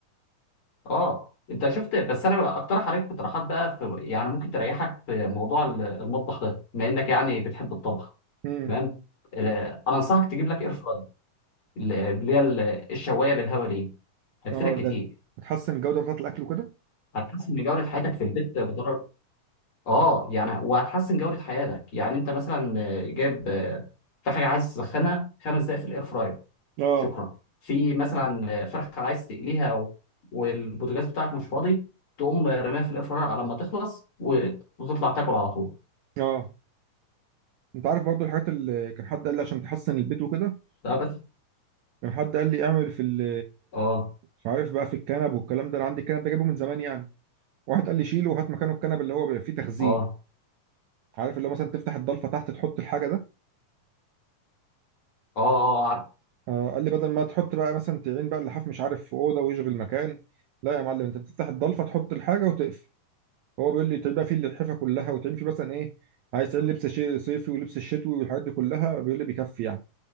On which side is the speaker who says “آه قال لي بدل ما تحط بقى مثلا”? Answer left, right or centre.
Right